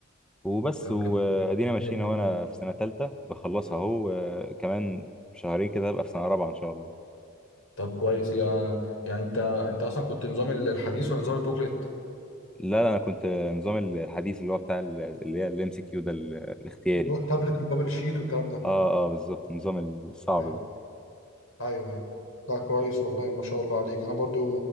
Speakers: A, in the centre; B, on the left.
A: وبس
B: طب
A: وأدينا
B: جميل
A: ماشيين
B: والله.
A: أهو أنا في سنة تالتة بخلصها أهو آه، كمان شهرين كده هبقى في سنة رابعة إن شاء الله
B: طب كويس يا يعني انت انت اصلا كنت نظام الحديث ولا نظام البوكلت
A: لا لا أنا كنت نظام الحديث اللي هو بتاع ال- اللي هي الام سي كيو ده ال- الاختياري
B: اللي هو التابلت والبابل شيت والكلام ده
A: اه اه بالظبط النظام الصعب
B: ايوه
A: ده
B: ايوه ايوه لا كويس والله ما شاء الله عليك انا برضو